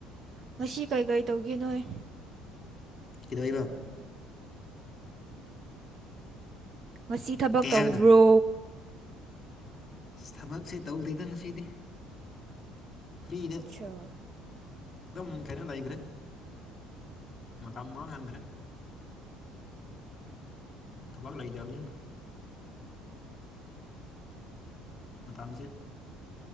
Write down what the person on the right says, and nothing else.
ꯉꯁꯤ ꯀꯩ ꯀꯩ ꯇꯧꯒꯦ ꯅꯣꯏ꯫
ꯉꯁꯤ ꯊꯕꯛ
ꯇꯧꯕ꯭ꯔꯣ꯫
ꯆꯥ꯫